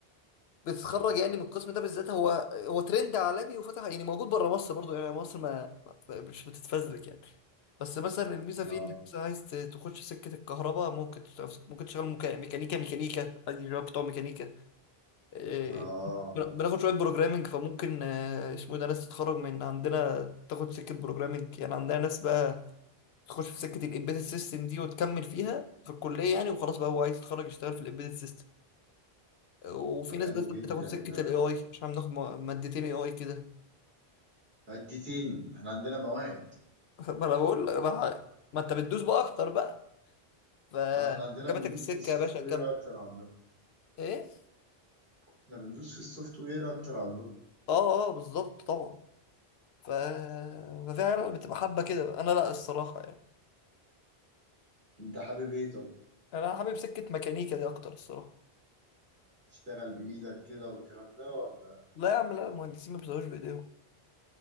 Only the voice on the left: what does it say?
بتتخرج يعني من القسم ده بالذات هو هو ترند عالمي وفتح يعني موجود بره مصر برضو يعني مصر ما ما- مش بتتفزلك يعني بس مثلا الميزه فيه
انك مثلا عايز ت- تخش سكه الكهرباء ممكن تشتغل في- ممكن تشتغل ميكا- ميكانيكا ميكانيكا عادي شباب بتوع ميكانيكا آه،
بن- بناخد شويه بروجرامنج فممكن آه، اسمه ايه ده ناس تتخرج من عندنا تاخد سكه بروجرامنج يعني عندنا ناس بقى تخش في سكه الامبيدد سيستم دي وتكمل فيها في الكليه يعني وخلاص بقى هو عايز يتخرج يشتغل في الامبيدد سيستم وفي
ناس
بس بتاخد
سكه
الاي اي عشان بناخد م- مادتين اي اي كده <laughs>
ما انا بقول ما, ما انت بتدوس بقى اكتر بقى فكمتك
السكه
يا باشا
كمل
ايه
اه اه بالظبط طبعا ف ففي عيال بتبقى حابه كده بقى. انا لا الصراحه يعني
انا حابب سكه ميكانيكا دي اكتر الصراحه
لا يا عم لا المهندسين ما بيشتغلوش بايديهم